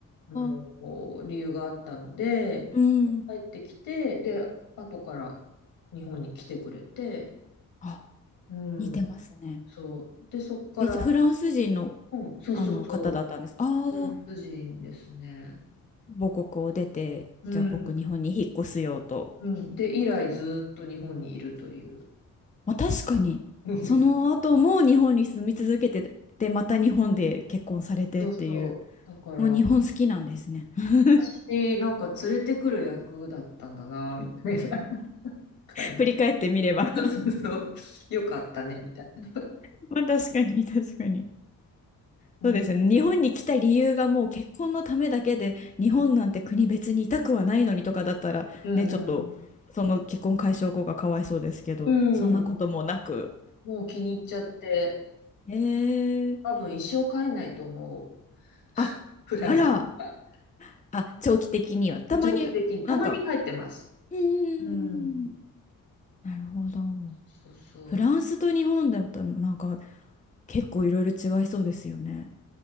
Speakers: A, on the left; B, on the left.
A: あの、
B: あ、
A: 理由があったので、
B: うん。
A: 帰ってきて、で、後から日本に来てくれて、
B: あ、
A: うん、
B: 似てますね。
A: そう。で、そこから、
B: え、じゃあフランス人の、
A: うん、そうそうそう、
B: あの方だったんです。ああ、
A: フランス人ですね。
B: 母国を出て、
A: うん、
B: じゃあ僕日本に引っ越すよと。
A: うん。で、以来ずっと日本にいるという。
B: まあ確かに、
A: <laughs>
B: その後も日本に住み続けて、で、また日本で結婚されてっていう、
A: そうそう。だから、
B: もう日本好きなんですね。<laughs>
A: 私、なんか連れてくる役だったんだな、みたいな感じ。
B: 振り返ってみれば
A: <laughs> そうそうそう。よかったね、みたい
B: <laughs> まあ確かに、確かに。
A: な。
B: そうですね。
A: うん、
B: 日本に来た理由がもう結婚のためだけで、日本なんて国別にいたくはないのにとかだったら、
A: うん、うん、
B: ね、ちょっと、その結婚解消後がかわいそうですけど、
A: うん。
B: そんなこともなく。
A: うんもう気に入っちゃって、
B: えー、
A: 多分一生帰んないと思う。
B: あ、
A: <laughs> フランスが。
B: あら。あ、長期的には。たまに、
A: 長期的に。たまに帰ってます。
B: なんか、うーん、
A: うん。
B: なるほど。
A: そうそう。
B: フランスと日本だと、なんか、結構いろいろ違いそうですよね。